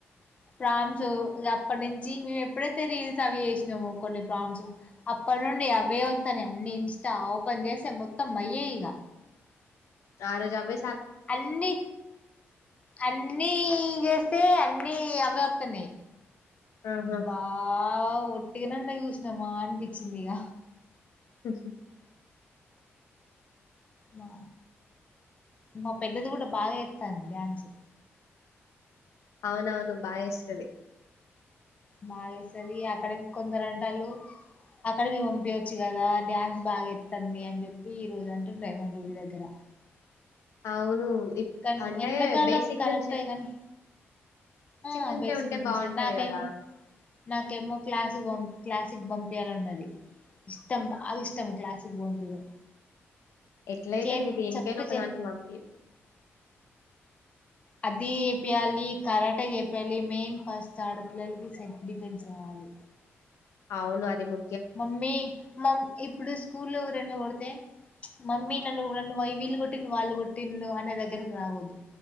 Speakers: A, on the left; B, on the left.
A: ప్రామ్స్ అప్పటి నుంచి మేము ఎప్పుడైతే రిల్సు అవి చేసినాము కొన్ని ప్రామ్స్ అ అప్పనుండి అవే వత్తానయి అన్ని ఇన్స్టా ఓపెన్ చేసే మొత్తం అయ్యే ఇగ
B: ఆ రోజావే
A: అన్ని అన్నీ జేస్తే అని అన్ని అవే వత్తనయి
B: ఆహా!
A: వావ్ ఒట్టిగానన్నా చూసినామా అనిపించింది ఇగ
B: సాసు
A: మా మా పెద్దది కూడా బాగా ఎస్తాంది డాన్స్
B: అవునవును బాయస్తది
A: బాగేస్తది అక్కడ ఇంకొందరు అంటలు అకాడమి పంపియచ్చు కదా డ్యాన్స్ బాగా ఎత్తంది అని చెప్పి ఈ రోజు అంటుండే మా డూటీ దగ్గర
B: అవును ఇప్అంటే
A: కానీ ఎండాకాలం
B: బేసిక్
A: కరెక్టే
B: నుంచే
A: గాని ఆ
B: నుంచే
A: బేసిక్
B: ఉంటే
A: నుంచే
B: బావుంటది
A: నాకేమో
B: గదా!
A: నాకేమో క్లాస్ కి పంపియ క్లాస్ క్లాసిక్ పంపియాలన్నది ఇష్టం బాగా ఇష్టం క్లాసిక్ పంపియడం
B: ఎట్లయితేంది
A: చే
B: దేనికైనా
A: చెప్తే
B: ఒక
A: చే
B: దానికి పంపియ
A: అది చెపియాలి కరాట చెపియాలి మెయిన్ ఫస్ట్ ఆడపిల్లలకి సెల్ఫ్ డిఫెన్స్ కావాలి
B: ఆవును అది ము
A: మమ్మీ మం ఇప్పుడు స్కూల్లో ఎవరన్న కొడితే మమ్మీ నన్ను నన్ను వీళ్ళు కొట్టింది వాళ్ళు కొట్టింది అనే దగ్గరకి రావదు